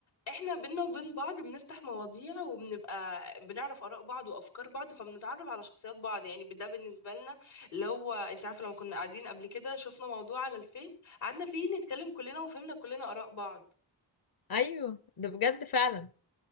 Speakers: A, on the left; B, on the left.
A: احنا بينا وبين بعض بنفتح مواضيع وبنبقى بنعرف آراء بعض وأفكار بعض فبنتعرف على شخصيات بعض يعني ده بالنسبة لنا اللي هو انت عارفة لما كنا قاعدين قبل كده شفنا موضوع على الفيس قعدنا فيه نتكلم كلنا وفهمنا كلنا آراء بعض
B: ايوه ده بجد فعلا